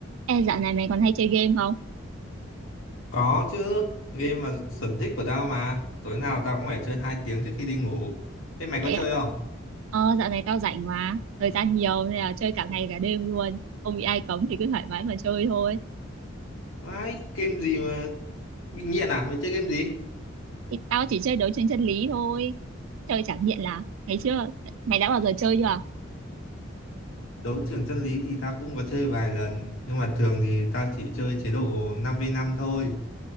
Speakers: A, on the right (about 80°); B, on the left (about 80°).
A: Ê, dạo này mày còn hay chơi game không?
B: Có chứ, game mà sở thích của tao mà. Tối nào tao cũng phải chơi 2 tiếng trước khi đi ngủ. Thế mày có
A: Thế ạ.
B: chơi không?
A: Ờ, dạo này tao rảnh mà, thời gian nhiều nên là chơi cả ngày cả đêm luôn. Không bị ai cấm thì cứ thoải mái mà chơi thôi.
B: Vãi, game gì mà bị nghiện à? Mày chơi game gì?
A: Thì tao chỉ chơi đấu tranh chân lý thôi. Chơi chẳng nghiện là ngày xưa mày đã bao giờ chơi chưa?
B: Đấu trường chân lý thì tao cũng có chơi vài lần, nhưng mà thường thì tao chỉ chơi chế độ năm v năm thôi.